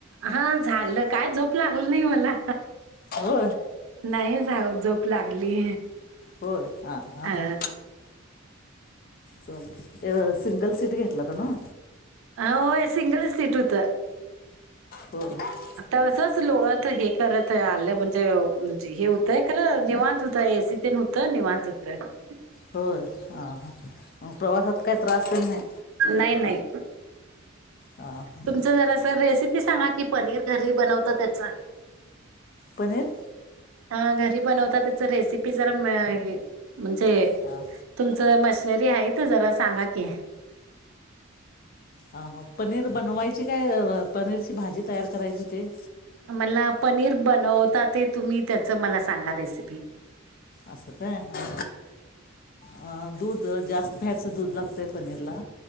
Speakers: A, on the right; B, on the left.
A: हा झालं काय झोप लागलं नाही मला
B: हो
A: नाही झा झोप लागली
B: होय हा हा
A: अ
B: हां चालते सिंगल सीट घ कला तर ना
A: हो हो सिंगलच सीट होतं
B: हो
A: आता असंच लोळत हे करत आलं म्हणजे हे होतंय खरं निवांत होतय एसी तेन होतं निवांत होतं ह
B: होय हां हां मग प्रवासात काही त्रास तर नाही
A: नाही नाही
B: हां हां.
A: तुमच जरा रेसिपी सांगा की पनीर घरी बनवत त्याचा
B: पनीर
A: हा घरी बनवता त्याच रेसिपी मिळाली जरा म्हणजे,
B: हां
A: तुमचं मशनरी आहे त जरा सांगा की.
B: अ पनीर बनवायची काय पनीरची भाजी तयार करायची ते-
A: मला पनीर बनवता ते तुम्ही त्याच मला सांगा रेसिपी.
B: अस काय हा हा दूध जास्त फॅटचं दूध लागतंय पनीरला.